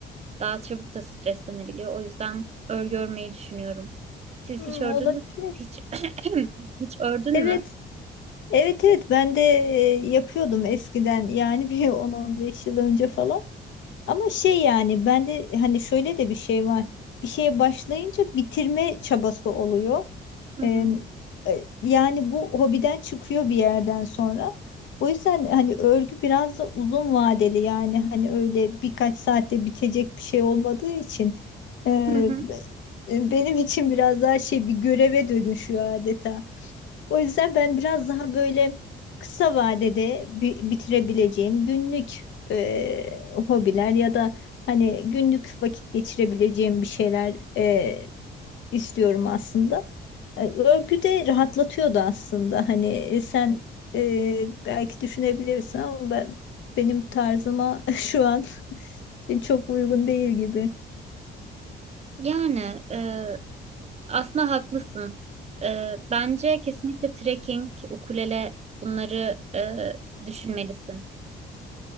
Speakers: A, on the right; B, on the left.
A: Daha çabuk da streslenebiliyor. O yüzden örgü örmeyi düşünüyorum. Siz
B: Hmm,
A: hiç ördünüz
B: olabilir.
A: hiç <clears throat> hiç ördün
B: Evet,
A: mü?
B: evet evet ben de e, yapıyordum eskiden yani bir <laughs> 10-15 yıl önce falan. Ama şey yani bende hani şöyle de bir şey var. Bir şeye başlayınca bitirme çabası oluyor.
A: Hı
B: Ee,
A: hı.
B: e, yani bu hobiden çıkıyor bir yerden sonra. O yüzden hani örgü biraz da uzun vadeli yani hani öyle birkaç saatte bitecek bir şey olmadığı için e,
A: Hı hı.
B: be- e, benim <laughs> için biraz daha şey bir göreve dönüşüyor adeta. O yüzden ben biraz daha böyle kısa vadede bi- bitirebileceğim günlük e, hobiler ya da hani günlük vakit geçirebileceğim bir şeyler e, istiyorum aslında. E, Örgü de rahatlatıyordu aslında. Hani e, sen e, belki düşünebilirsin ama ben, benim tarzıma <laughs> şu an çok uygun değil gibi.
A: Yani e, aslında haklısın. E, bence kesinlikle trekking, ukulele bunları e, düşünmelisin.